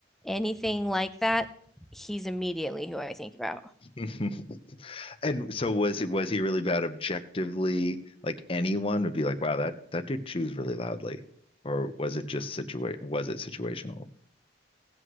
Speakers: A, in the centre; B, on the left (about 30°).
A: anything like that, he's immediately who I think about.
B: <laughs> Mhm. And so was it was he really bad objectively? Like anyone would be like, wow, that that dude chews really loudly. Or was it just situa was it situational?